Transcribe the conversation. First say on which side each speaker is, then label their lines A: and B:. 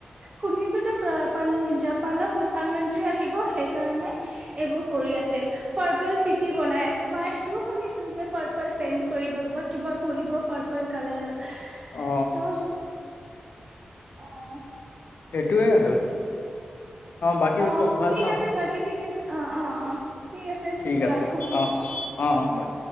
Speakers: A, on the right; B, on the left.
A: শুনিছো যে জাপানৰ প্ৰধান মন্ত্ৰী আহিব সেই কাৰনেে এইবোৰ কৰি আছে পাৰ্পল চিটি বনাই আছে বা ত শুনিছো যে পেন্ট কৰিব বা কিবা কৰিব পাৰ্পল কালাৰ।
B: অ
A: তো অহ
B: সেইটোৱে আৰু। বাকী
A: অ
B: চব ভাল
A: ঠিক
B: ন
A: আছে বাকি। ঠিক আছে অ। অ অ ঠিক আছে
B: ঠিক
A: ৰাখো
B: আছে অ অ অ অ বাই